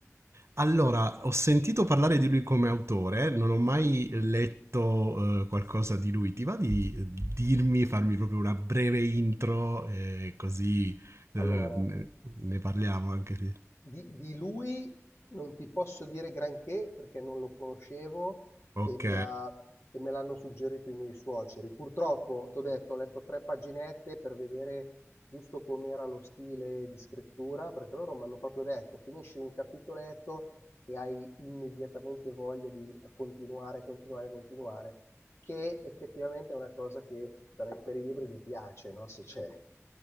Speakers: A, on the right; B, on the left.
A: Allora, ho sentito parlare di lui come autore, non ho mai letto, eh, qualcosa di lui. Ti va di eh, dirmi, farmi proprio una breve intro, eh, così,
B: Allora,
A: eh, ne ne parliamo anche di...
B: di, di lui non ti posso dire granché perché non lo conoscevo
A: Ok.
B: e, mi ha- e me l'hanno suggerito i miei suoceri. Purtroppo, t'ho detto, ho letto tre paginette per vedere giusto com'era lo stile di scrittura, perché loro mi hanno proprio detto, finisci un capitoletto e hai immediatamente voglia di continuare, continuare, continuare, che effettivamente è una cosa che per, per i libri mi piace, no? Se c'è.